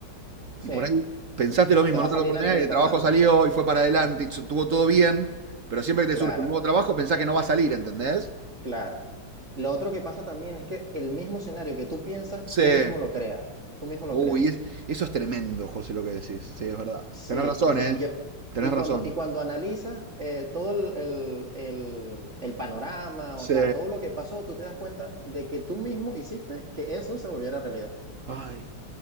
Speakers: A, on the right (about 35°); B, on the right (about 55°).
A: Sí,
B: Y por ahí pensaste
A: Eso-
B: lo mismo
A: te va
B: en otra
A: a salir
B: oportunidad,
A: la entrevista
B: y el trabajo
A: mal,
B: salió
A: te-
B: y fue para adelante y estuvo todo bien, pero siempre que
A: claro,
B: te surge un nuevo trabajo pensás que no va a salir, ¿entendés?
A: claro. Lo otro que pasa también es que el mismo escenario que tú piensas,
B: Sí.
A: tú mismo lo creas, tú mismo lo
B: Uy,
A: creas.
B: es- eso es tremendo, José, lo que decís. Sí, es verdad.
A: Sí,
B: Tenés razón,
A: y
B: ¿eh?
A: yo,
B: Tenés
A: y
B: razón.
A: cuando, y cuando analizas eh, todo el, el- el- el panorama,
B: Sí.
A: o sea, todo lo que pasó, tú te das cuenta de que tú mismo hiciste que eso se volviera realidad.
B: Ay.